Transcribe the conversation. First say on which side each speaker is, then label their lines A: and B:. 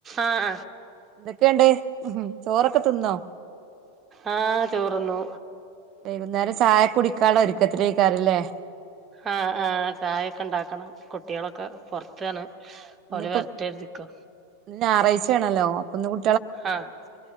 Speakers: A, on the right; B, on the right.
A: ആഹ
B: എന്തൊക്കെയണ്ട്േ ചോറൊക്കെ തിന്നോ
A: ആഹ് ചോറ്ന്നു.
B: വൈകുന്നേരം ചായ കുടിക്കാള്ള ഒരിക്കത്തിലേക്കാരല്ലേ?
A: ഹാ ആഹ് ചായൊക്കെ ഇണ്ടാക്കണം കുട്ടികളൊക്കെ പൊറത്താണ്.
B: ഇന്ന്
A: ഓല്
B: ഇപ്പൊ
A: വരട്ടെരുതിക്ക
B: ഇന്ന് ഞാറാഴ്ചേണല്ലോ അപ്പൊ ഇന്ന് കു
A: ആഹ്